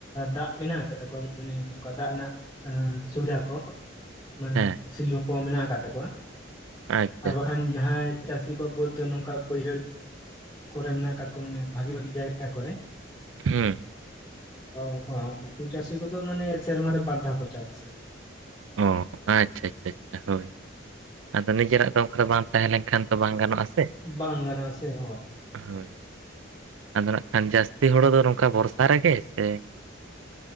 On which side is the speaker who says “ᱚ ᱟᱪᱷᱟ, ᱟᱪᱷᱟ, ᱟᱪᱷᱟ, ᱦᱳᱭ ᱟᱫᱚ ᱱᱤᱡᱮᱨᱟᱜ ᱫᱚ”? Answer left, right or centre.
Right